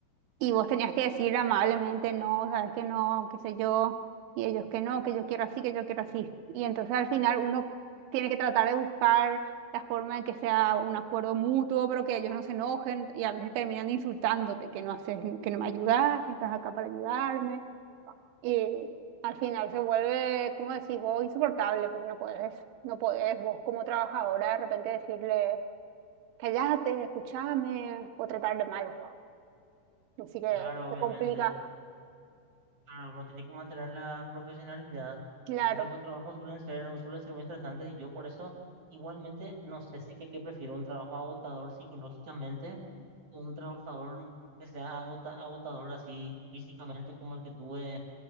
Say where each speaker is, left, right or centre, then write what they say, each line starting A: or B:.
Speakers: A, on the right (about 75°); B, on the right (about 45°).
A: Y vos tenías que decir amablemente, no, sabes que no, qué sé yo, y ellos que no, que yo quiero así, que yo quiero así. Y entonces al final uno tiene que tratar de buscar la forma en que sea un acuerdo mutuo, pero que ellos no se enojen y a veces terminan insultándote, que no haces, que no me ayudas, que estás acá para ayudarme. Y al final se vuelve, como decís vos, insoportable, porque no podés, no podés vos como trabajadora de repente decirle, callate, escúchame, o tratarle mal. Así que
B: Claro,
A: se
B: obviamente,
A: complica,
B: claro, uno tiene que mantener la profesionalidad.
A: claro,
B: Este tipo de trabajos suelen ser, suelen ser muy estresantes y yo por eso igualmente no sé si que, que prefiero un trabajo agotador psicológicamente un trabajador que sea agota- agotador así físicamente como el que tuve